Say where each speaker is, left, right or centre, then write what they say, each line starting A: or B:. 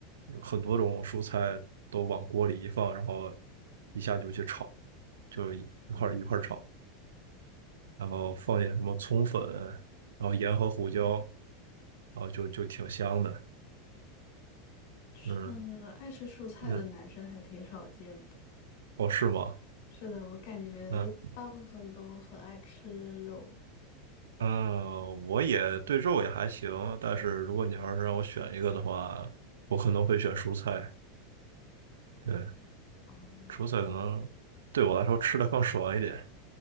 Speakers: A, on the right; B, on the left.
A: 很多种蔬菜都往锅里一放，然后一下就去炒，就是一一块儿一块儿炒。
B: 哦，
A: 然后放点什么葱粉，然后盐和胡椒，然后就就挺香的。
B: 吃，
A: 嗯
B: 嗯，爱吃蔬菜的男生还挺少见的。
A: 嗯，哦，是吗？
B: 是的，我感觉大部分都很爱吃肉。
A: 嗯嗯，我也对肉也还行，但是如果你要是让我选一个的话，我可能会选蔬菜。对，
B: 哦，
A: 蔬菜可能对我来说吃的更爽一点，